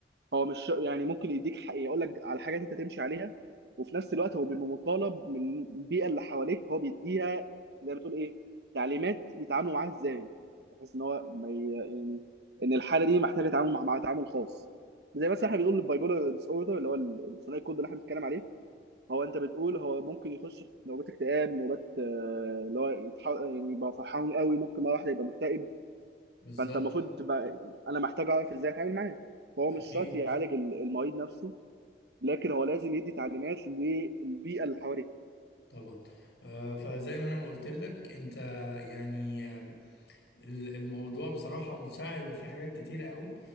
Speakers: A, on the right; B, on the left.
A: هو مش يعني ممكن يديك ح- يقول لك على حاجات انت تمشي عليها وفي نفس الوقت هو بيبقى مطالب من البيئة اللي حواليك هو بيديها زي ما تقول ايه تعليمات يتعاملوا معاها ازاي بحيث ان هو ما ي- يعني ان الحالة دي محتاجة تعامل مع مع تعامل خاص زي مثلا احنا بنقول البايبولار ديس اوردر اللي هو الثنائي القطبي اللي احنا بنتكلم عليه هو انت بتقول هو ممكن يخش في نوبات اكتئاب نوبات آه، اللي هو يتح- يعني يبقى فرحان قوي ممكن مره واحده يبقى مكتئب
B: بالظبط
A: فانت المفروض تبقى انا محتاج اعرف ازاي اتعامل معاه فهو
B: اكيد
A: مش شرط يعالج ال- المريض نفسه لكن هو لازم يدي تعليمات للبيئه اللي حواليه
B: طبعا آه، فزي ما انا ما قلت لك انت يعني ال- الموضوع بصراحة متشعب وفي حاجات كتيرة قوي